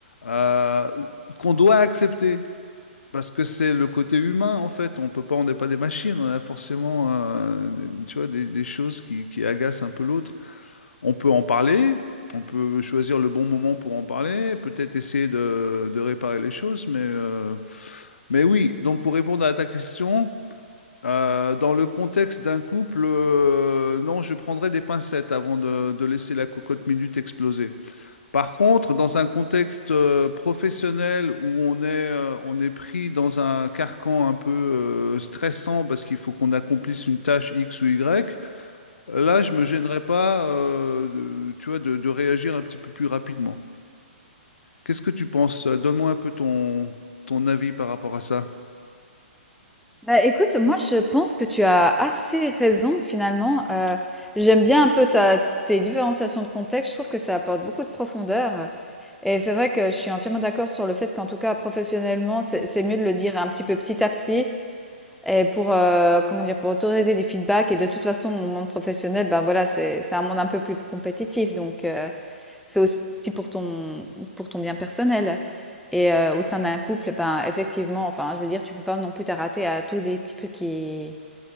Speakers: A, on the left; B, in the centre.
A: euh, qu'on doit accepter. Parce que c'est le côté humain, en fait. On peut pas, on n'est pas des machines. On a forcément, euh, tu vois, des, des choses qui, qui agacent un peu l'autre. On peut en parler. On peut choisir le bon moment pour en parler, peut-être essayer de, de réparer les choses, mais, euh, mais oui. Donc, pour répondre à ta question, euh, dans le contexte d'un couple, euh, non, je prendrais des pincettes avant de, de laisser la cocotte minute exploser. Par contre, dans un contexte euh, professionnel où on est, euh, on est pris dans un carcan un peu euh, stressant parce qu'il faut qu'on accomplisse une tâche X ou Y, là, je me gênerais pas, euh, de- tu vois, de, de réagir un petit peu plus rapidement. Qu'est-ce que tu penses? Donne-moi un peu ton, ton avis par rapport à ça.
B: Bah, écoute, moi, je pense que tu as assez raison finalement, heu, j'aime bien un peu ta tes différenciations de contexte. Je trouve que ça apporte beaucoup de profondeur et c'est vrai que je suis entièrement d'accord sur le fait qu'en tout cas, professionnellement, c'est c'est mieux de le dire un petit peu petit à petit Et pour, heu, comment dire? Pour autoriser des feedbacks et de toute façon, mon monde professionnel, ben, voilà, c'est c'est un monde un peu plus compétitif donc heu, c'est aussi pour ton pour ton bien personnel et heu, au sein d'un couple, ben, effectivement, enfin, je veux dire, tu peux pas non plus t'arrêter à tous des petits trucs qui